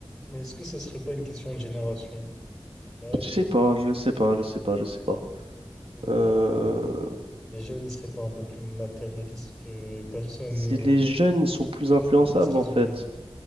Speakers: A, in the centre; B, on the right (about 70°).
A: Mais est-ce que ça serait pas une question de génération, d'âge,
B: je sais pas je sais pas je sais pas je sais pas
A: de...
B: Euh,
A: les jeunes ne seraient pas un peu plus matérialistes que personne,
B: C'est les
A: euh,
B: jeunes, ils sont plus influençables
A: peut-être parce qu'ils
B: en fait.
A: ont